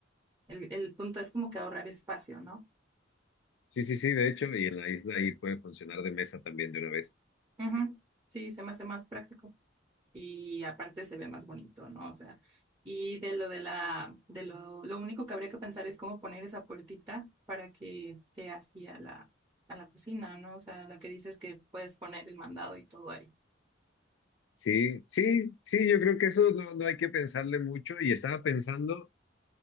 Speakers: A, on the right (about 20°); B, on the left (about 65°).
A: El, el punto es como que ahorrar espacio, ¿no?
B: Sí, sí, sí, de hecho, y en la isla ahí puede funcionar de mesa también de una vez.
A: Ujú. Sí, se me hace más práctico y aparte se ve más bonito, ¿no? O sea, y de lo de la, de lo, lo único que habría que pensar es cómo poner esa puertita para que te hacía la, a la cocina, ¿no? O sea, la que dices que puedes poner el mandado y todo ahí.
B: Sí, sí, sí, yo creo que eso no, no hay que pensarle mucho y estaba pensando